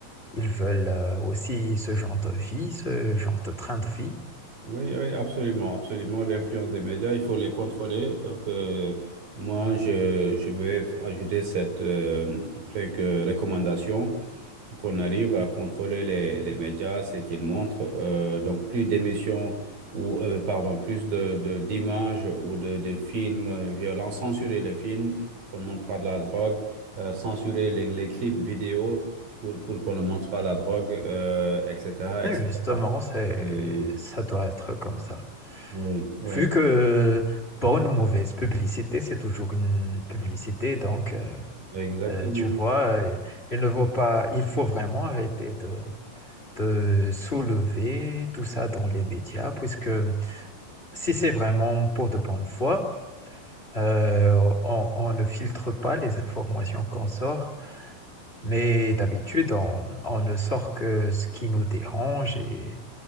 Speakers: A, on the left; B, on the right.
A: Ils veulent euh, aussi ce genre de vie, ce genre de train de vie.
B: oui, oui, absolument, absolument. L'influence des médias, il faut les contrôler. Donc, euh, moi, je, je vais f- ajouter cette euh, pré- que- recommandation qu'on arrive à contrôler les, les médias, c'est qu'ils montrent euh, donc plus d'émissions ou euh, pardon, plus de, de- d'images ou de, de films euh, violents, censurer les films, qu'on ne montre pas de la drogue, euh, censurer les, les clips vidéo pour, pour qu'on ne montre pas la drogue, euh, etc., etc.
A: Et justement,
B: Et- cetera.
A: c'est,
B: Et-
A: ça doit être comme ça.
B: oui, oui,
A: Vu que bonne ou mauvaise publicité, c'est toujours une publicité, donc euh,
B: exactement.
A: euh, tu vois, euh, il ne faut pas, il faut vraiment arrêter de, de soulever tout ça dans les médias, puisque si c'est vraiment pour de bonne foi, euh, on, on ne filtre pas les informations qu'on sort. Mais d'habitude, on, on ne sort que ce qui nous dérange et,